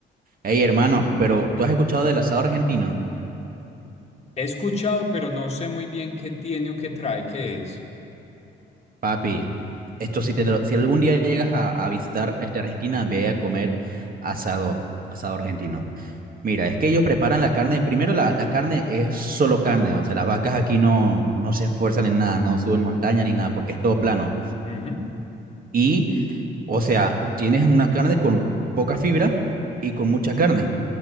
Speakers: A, on the right (about 45°); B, on the left (about 30°).
A: hey hermano, pero ¿tú has escuchado del asado argentino?
B: He escuchado, pero no sé muy bien qué tiene o qué trae, qué es.
A: Papi, esto si, te lo- si algún día llegas a, a visitar este, Argentina, ve a comer asado, asado argentino. Mira, es que ellos preparan la carne. Primero, la, la carne es solo carne. O sea, las vacas aquí no, no se esfuerzan en nada, no suben montañas ni nada, porque es todo plano.
B: Ujú.
A: Y, o sea, tienes una carne con poca fibra y con mucha carne.